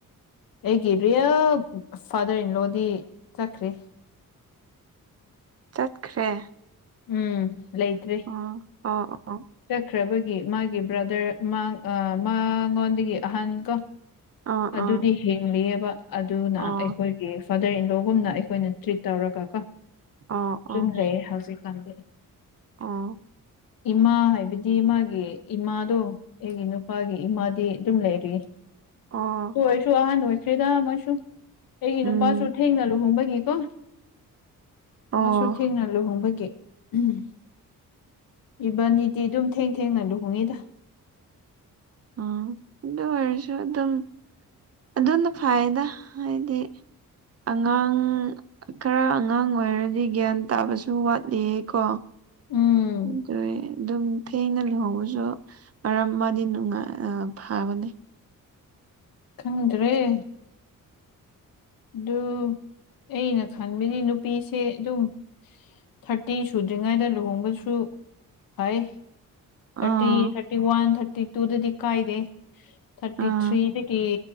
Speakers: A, on the left; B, on the right.
A: ꯑꯩꯒꯤ ꯔꯤꯌꯥꯜ ꯐꯥꯗꯔ ꯏꯟ ꯂꯣꯗꯤ ꯆꯠꯈ꯭ꯔꯦ
B: ꯆꯠꯈ꯭ꯔꯦ
A: ꯎꯝ ꯂꯩꯇ꯭ꯔꯦ
B: ꯑꯣ ꯑꯣ ꯑꯣ
A: ꯆꯠꯈ꯭ꯔꯕꯒꯤ ꯃꯥꯒꯤ ꯕ꯭ꯔꯗꯔ ꯃꯥ ꯃꯉꯣꯟꯗꯒꯤ ꯑꯍꯟ ꯀꯣ
B: ꯑꯥ
A: ꯑꯗꯨꯗꯤ
B: ꯑꯥ
A: ꯍꯤꯡꯂꯤꯑꯕ ꯑꯗꯨꯅ
B: ꯑꯣ
A: ꯑꯩꯈꯣꯏ ꯐꯥꯗꯔ ꯏꯟꯂꯣꯒꯨꯝꯅ ꯑꯩꯈꯣꯏꯅ ꯇ꯭ꯔꯤꯠ ꯇꯧꯔꯒ ꯀꯣ
B: ꯑꯣ
A: ꯑꯗꯨꯝ
B: ꯑꯣ
A: ꯂꯩꯌꯦ ꯍꯧꯖꯤꯛ ꯇꯜꯂꯦ
B: ꯑꯣ
A: ꯏꯃꯥ ꯍꯥꯏꯕꯗꯤ ꯃꯥꯒꯤ ꯏꯃꯥꯗꯣ ꯑꯩꯒꯤ ꯅꯨꯄꯥꯒꯤ ꯏꯃꯥꯗꯤ ꯑꯗꯨꯝ ꯂꯩꯔꯤ
B: ꯑꯣ
A: ꯇꯨ ꯑꯣꯏꯁꯨ ꯑꯍꯥꯟ ꯑꯣꯏꯣꯏꯁꯔꯤꯗꯣꯏꯁꯨ ꯑꯩꯒꯤ
B: ꯎꯝ
A: ꯅꯨꯄꯥꯁꯨ ꯊꯦꯡꯅ ꯂꯨꯍꯣꯡꯕꯒꯤꯀꯣ
B: ꯑꯣ
A: ꯃꯥꯁꯨ ꯊꯦꯡꯅ ꯂꯨꯍꯣꯡꯕꯒꯤ ꯎꯝ ꯏꯕꯥꯅꯤꯗꯤ ꯑꯗꯨꯝ ꯊꯦꯡ ꯊꯦꯡꯅ ꯂꯨꯍꯣꯡꯉꯤꯗ
B: ꯑꯣ ꯑꯗꯨ ꯑꯣꯏꯔꯁꯨ ꯑꯗꯨꯝ ꯑꯗꯨꯝꯅ ꯐꯥꯏꯅ ꯍꯥꯏꯗꯤ ꯑꯉꯥꯡ ꯈꯔ ꯑꯉꯥꯡ ꯑꯣꯏꯔꯗꯤ ꯒ꯭ꯌꯥꯟ ꯇꯥꯕꯁꯨ ꯋꯥꯠꯂꯤꯌꯦ ꯀꯣ
A: ꯎꯝ
B: ꯈꯪꯗ꯭ꯔꯦ ꯑꯗꯨꯝ ꯊꯦꯡꯅ ꯂꯨꯍꯣꯡꯉꯁꯨ ꯃꯔꯝ ꯃꯔꯛ ꯑꯃꯗꯤ ꯐꯥꯕꯅꯤ
A: ꯈꯪꯗ꯭ꯔꯔꯤ ꯑꯗꯨ ꯑꯩꯅ ꯈꯟꯕꯗꯤ ꯅꯨꯄꯤꯁꯦ ꯑꯗꯨꯝ ꯊꯥꯔꯇꯤ ꯁꯨꯗ꯭ꯔꯤꯉꯩꯗ ꯂꯨꯍꯣꯡꯕꯁꯨ ꯐꯩ
B: ꯑꯥ
A: ꯊꯔꯇ ꯊꯔꯇ ꯋꯥꯟ ꯊꯔꯇ ꯇꯨꯗꯀꯥꯏꯗ ꯊꯥꯔꯇꯤ
B: ꯑꯥ
A: ꯊ꯭ꯔꯤꯗꯒꯤ